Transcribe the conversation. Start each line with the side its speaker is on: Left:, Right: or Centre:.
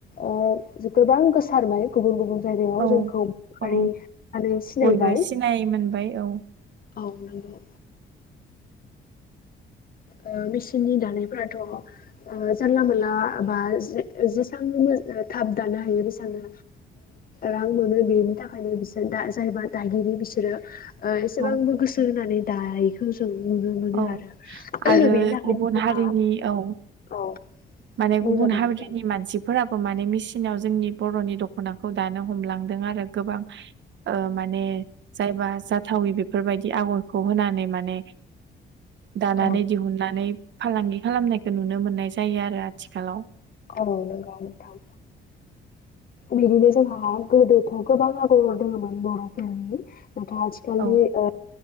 Left: ओ गोबां गोसारबाय गुबुन गुबुन जायगायाव
Right: औ
Left: जोंखौ बर'
Right: औ
Left: हारि सिनायबाय
Right: बयबो सिनाय मोनबाय औ।
Left: औ नांगौ। ओ मेसिननि दानायफोराथ' जानला मोनला बा जेसबां थाब दानो हायो बिसांनो रां मोनो बेनि थाखायनो बिसोरा जायबा दागिरि बिसोरो एसेबांबो
Right: औ
Left: गोसो होनानै दायैखौ जों नुनो मोनो
Right: औ
Left: आरो
Right: आरो
Left: बेनि थाखायनो
Right: गुबुन
Left: जोंहा
Right: हारिनि औ
Left: औ
Right: माने
Left: बुंजागोन
Right: गुबुन हारिनि
Left: नोंथां
Right: मानसिफोराबो माने मेसिनाव जोंनि बर'नि दख'नाखौ दानो हमलांदों आरो गोबां। ओ माने जायबा जाथायि बेफोरबायदि आगरखौ होनानै माने दानानै
Left: औ
Right: दिहुननानै फालांगि खालामनायखौ नुनो मोननाय जायो आरो आथिखालाव।
Left: औ नंगौ नोंथां। बिदिनो जोंहा गोदोथ' गोबां आगर दङोमोन बर'फोरनि। दाथ' आजखाललि
Right: औ
Left: ओ